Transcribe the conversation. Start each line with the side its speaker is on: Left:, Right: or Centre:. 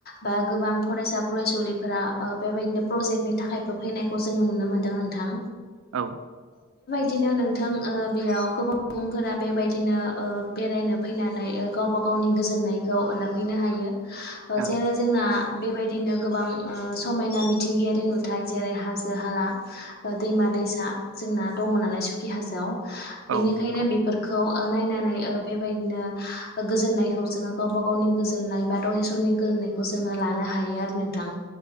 Left: बा गोबां फरायसा फरायसुलिफोरा बेबायदिनो प्र जेटनि थाखायबो फैनायखौ जोङो नुनो मोन्दों नोंथां
Right: औ
Left: बिदिनो नोंथां ओ बेयाव गोबां सुबुं फोर बेबायदिनो बेरायनो फैनानै गावबा गावनि गोजोननायखौ लाफैनो हायो ओ
Right: औ
Left: जेरै जोंना बेबाय दिनो ओ गोबां समायना मिथिंगायारि नुथाय जेरै हाजो हाला ओ दैमा दैसा जोंना दङ नालाय सुखि हाजोआव बेनिखायनो
Right: औ नंगौ
Left: बेफोरखौ ओ नायनानै ओ बेबायदिनो गोजोननाय खौ जोङो गावबा गावनि गोजोननाय बा दसे समनि गोजोननायखौ जोङो लानो हायो आरो नोंथां।